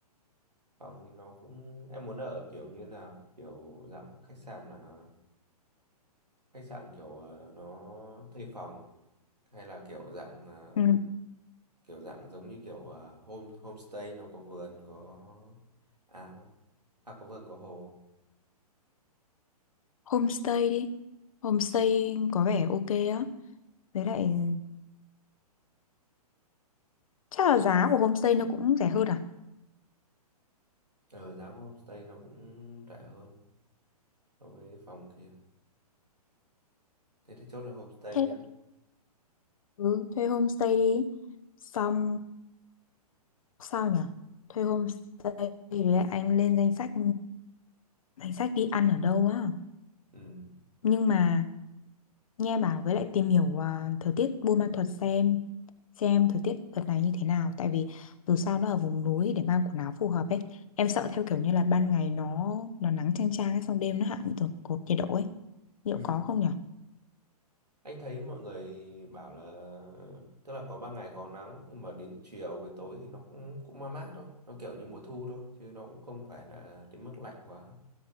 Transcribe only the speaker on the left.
Ừ.
homestay đi homestay có vẻ ok á với lại chắc là giá của homestay nó cũng rẻ hơn à
thế
ừ, thuê homestay đi xong sao nhỉ thuê homestay với lại anh lên danh sách danh sách đi ăn ở đâu á
nhưng mà nghe bảo với lại tìm hiểu à, thời tiết Buôn Ma Thuột xem xem thời tiết đợt này như thế nào tại vì dù sao nó ở vùng núi để mang quần áo phù hợp ấy em sợ theo kiểu như là ban ngày nó nó nắng chang chang ấy, xong đêm nó hạ như từ cột nhiệt độ ấy liệu
có không nhỉ